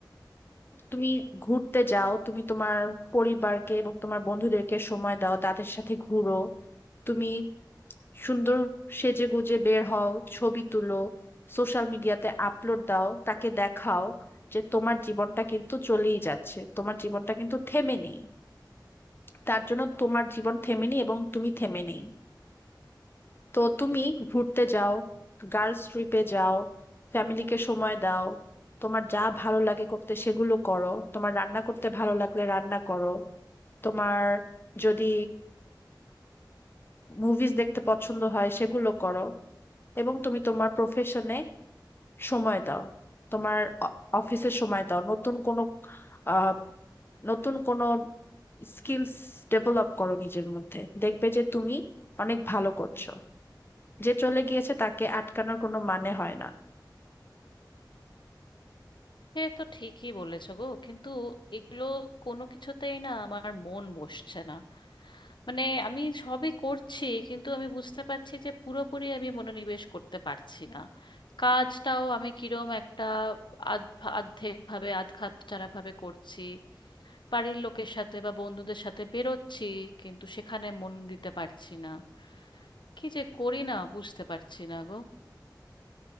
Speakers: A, on the left; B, on the left.
A: তুমি ঘুরতে যাও তুমি তোমার পরিবারকে এবং তোমার বন্ধুদেরকে সময় দাও তাদের সাথে ঘুরো তুমি সুন্দর সেজে গুজে বের হও ছবি তুলো সোশ্যাল মিডিয়াতে আপলোড দাও তাকে দেখাও যে তোমার জীবনটা কিন্তু চলেই যাচ্ছে তোমার জীবনটা কিন্তু থেমে নেই তার জন্য তোমার জীবন থেমে নেই এবং তুমি থেমে নেই তো তুমি ঘুরতে যাও গার্লস ট্রিপে যাও ফ্যামিলিকে সময় দাও তোমার যা ভালো লাগে করতে সেগুলো করো তোমার রান্না করতে ভালো লাগলে রান্না করো তোমার যদি মুভিজ দেখতে পছন্দ হয় সেগুলো করো এবং তুমি তোমার প্রফেশনে সময় দাও তোমার অফিসে সময় দাও নতুন কোনো আহ, নতুন কোনো স্কিলস ডেভেলপ করো নিজের মধ্যে দেখবে যে তুমি অনেক ভালো করছো যে চলে গিয়েছে তাকে আটকানোর কোনো মানে হয় না
B: সে তো ঠিকই বলেছো গো কিন্তু এগুলো কোনো কিছুতেই না আমার মন বসছে না মানে আমি সবই করছি কিন্তু আমি বুঝতে পারছি যে পুরোপুরি আমি মনোনিবেশ করতে পারছি না কাজটাও আমি কিরম একটা আধ আর্ধেক ভাবে আধ খাপছাড়া ভাবে করছি বাড়ির লোকের সাথে বা বন্ধুদের সাথে বেরোচ্ছি কিন্তু সেখানে মন দিতে পারছি না কি যে করি না বুঝতে পারছি না গো